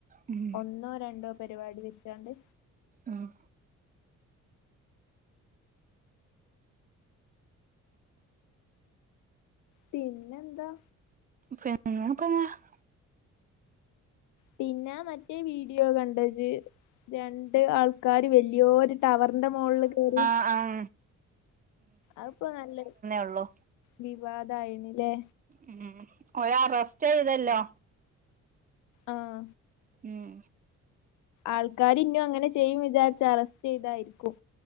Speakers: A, on the right (about 30°); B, on the left (about 75°).
A: ഉം
B: ഒന്നോ രണ്ടോ പരിപാടി വെച്ചാണ്ട്
A: ഉം
B: പിന്നെന്താ?
A: പിന്ന പറഞ്ഞ <unintelligible>
B: പിന്നെ ആ മറ്റേ വീഡിയോ കണ്ടത് രണ്ട് ആൾക്കാര് വലിയൊരു ടവർന്റെ മോള്ള് കയറി.
A: ആഹ
B: അത്പ്പോ നല്ല
A: ഉള്ളു
B: വിവാദയിണില്ലേ
A: ഉം ഓലെ അറസ്റ്റ് ചെയ്തല്ലോ
B: ആഹ
A: ഉം
B: ആൾക്കാര് ഇഞ്ഞും അങ്ങനെ ചെയ്യും വിചാരിച്ച് അറസ്റ്റ് ചെയ്തായിരിക്കും